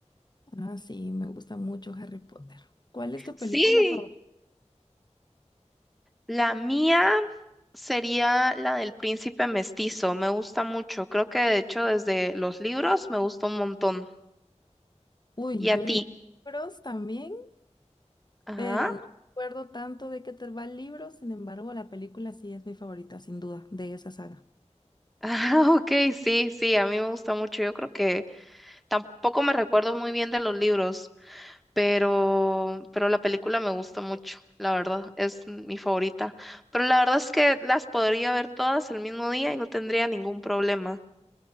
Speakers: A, on the left; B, in the centre.
A: Ah, sí, me gusta mucho Harry Potter. ¿Cuál es tu
B: Sí,
A: película favorita?
B: la mía sería la del príncipe mestizo. Me gusta mucho. Creo que de hecho desde los libros me gusta un montón.
A: Uy,
B: ¿Y
A: yo
B: a ti?
A: leí libros también,
B: Ajá.
A: pero no recuerdo tanto de qué te va el libro. Sin embargo, la película sí es mi favorita, sin duda, de esa saga.
B: Ah, <laughs> ok, sí, sí, a mí me gusta mucho. Yo creo que tampoco me recuerdo muy bien de los libros, pero, pero la película me gusta mucho, la verdad, es mi favorita. Pero la verdad es que las podría ver todas el mismo día y no tendría ningún problema.